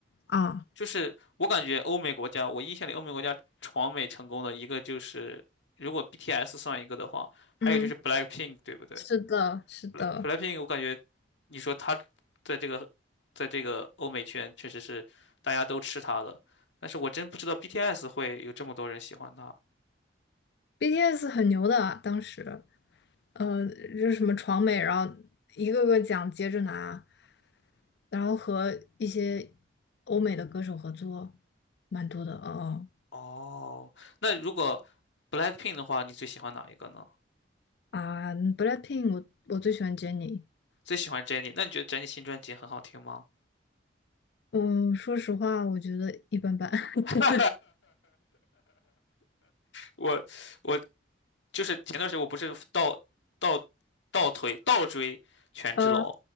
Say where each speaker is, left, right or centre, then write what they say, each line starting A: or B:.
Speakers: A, on the left (about 60°); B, on the left (about 75°).
A: 啊，
B: 就是我感觉欧美国家，我印象里欧美国家闯美成功的一个就是，如果 BTS 算一个的话，还有就是
A: 嗯，
B: BLACKPINK，对不对
A: 是的，是的
B: ？Bla-？BLACKPINK，我感觉你说他在这个在这个欧美圈确实是大家都吃他的，但是我真不知道 BTS 会有这么多人喜欢他。
A: ，BTS 很牛的，当时，呃，就是什么闯美，然后一个个奖接着拿。然后和一些欧美的歌手合作，蛮多的哦。
B: 哦，那如果 BLACKPINK 的话，你最喜欢哪一个呢？
A: 啊嗯，BLACKPINK，我我最喜欢 Jennie。
B: 最喜欢 Jennie，那你觉得 Jennie 新专辑很好听吗？
A: 嗯，说实话，我觉得一般般。<laughs>
B: <laughs> 我我就是前段时间我不是倒倒倒推倒追权志龙，
A: 呃，